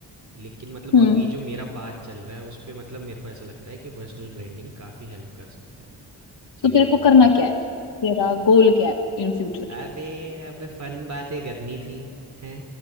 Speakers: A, on the right; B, on the left.
A: लेकिन मतलब
B: हम्म
A: अभी जो मेरा पाथ चल रहा है उस पे मतलब मेरे को ऐसा लगता है कि पर्सनल ब्रांडिंग काफ़ी हेल्प कर सकता है चीज़ों
B: तो तेरे
A: को
B: को
A: करने
B: करना
A: में
B: क्या है तेरा गोल क्या है इन फ्यूचर
A: अबे अबे फन बातें करनी थी हैं